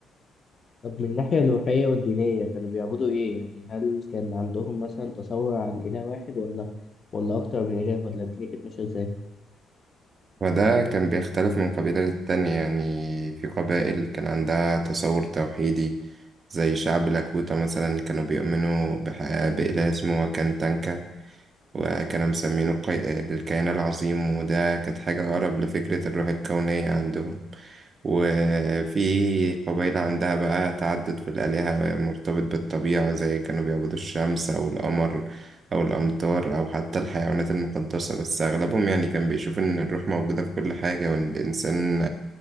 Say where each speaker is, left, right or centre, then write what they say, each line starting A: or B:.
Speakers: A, on the left; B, on the right.
A: طب من الناحية الروحية والدينية كانوا بيعبدوا إيه يعني هل كان عندهم مثلا تصور عن إله واحد ولا ولا أكتر من إله ولا الدنيا كانت ماشية إزاي؟
B: وده كان بيختلف من قبيلة للتانية يعني في قبائل كان عندها تصور توحيدي زي شعب لاكوتا مثلا كانوا بيؤمنوا بح- بإله اسمه واكان تانكا وكانوا مسمينه القي... الكيان العظيم وده كانت حاجة أقرب لفكرة الروح الكونية عندهم وفي قبيلة عندها بقى تعدد في الآلهة مرتبط بالطبيعة زي كانوا بيعبدوا الشمس أو القمر أو الأمطار أو حتى الحيوانات المقدسة بس أغلبهم يعني كان بيشوف إن الروح موجودة في كل حاجة وإن الإنسان